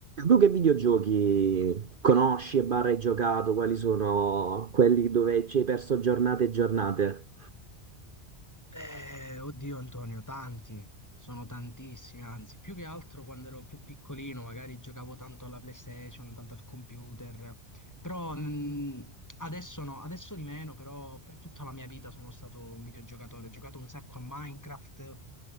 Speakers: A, on the right; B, on the left.
A: Tu che videogiochi conosci e barra hai giocato? Quali sono quelli dove ci hai perso giornate e giornate?
B: Eh, oddio Antonio, tanti, sono tantissimi, anzi, più che altro quando ero più piccolino, magari giocavo tanto alla PlayStation, tanto al computer, però mh, adesso no, adesso di meno, però per tutta la mia vita sono stato un videogiocatore, ho giocato un sacco a Minecraft,